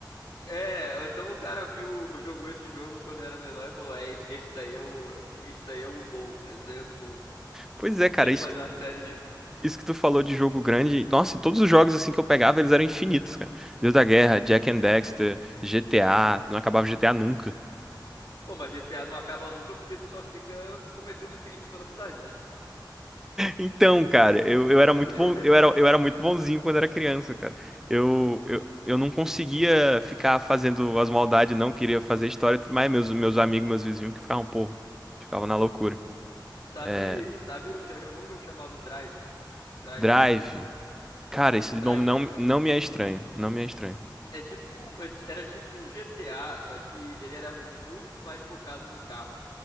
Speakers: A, on the left; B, in the centre.
A: É, ou então o cara viu, ou jogou esse jogo quando era menor e falou, é, esse esse daí é o, esse daí é o bom, é, esse daí é o do bom.
B: Pois é, cara,
A: Tem que
B: isso
A: fazer uma série disso.
B: Isso que tu falou de jogo grande, nossa, todos os jogos assim que eu pegava, eles eram infinitos, cara. Deus da Guerra, Jack and Dexter, GTA, não acabava GTA nunca. <laughs>
A: Pô, mas GTA não acaba nunca porque tu só fica cometendo crime pela cidade, né?
B: Então, cara, eu, eu era muito
A: <laughs>
B: bom, eu era, eu era muito bonzinho quando era criança, cara. Eu,
A: Pô,
B: eu, eu não conseguia ficar fazendo as maldades, não queria fazer história, e tudo mais meus meus amigos, meus vizinhos que ficavam, porra, ficavam na loucura.
A: sabe,
B: É,
A: sabe, já jogou um jogo chamado Drive? Driver.
B: Drive. Cara, esse
A: Tinha drive,
B: nome não,
A: o negócio
B: não
A: assim.
B: me é estranho, não me é estranho.
A: É tipo, é ti- era tipo um GTA, só que ele era muito mais focado no carro.